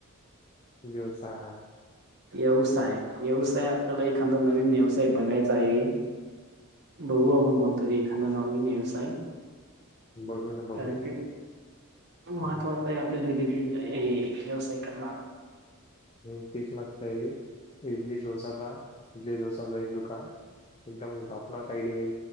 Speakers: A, on the left (about 25°); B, on the right (about 50°).
A: व्यवसाय
B: व्यवसाय व्यवसाय आपल्याला एखादा नवीन व्यवसाय बघायचा आहे बघू आपण कोणतरी एखादा नावीन व्यवसाय
A: बघू ना बघू
B: कारण
A: ना
B: क महत्वचा
A: हम्म.
B: या आपल्याला डिग हे व्यवसाय करणार
A: ह् तेच मस्त आहे इडली डोसाचा इडली डोसा एक दुकान एकदम टॉपनच आयडिया.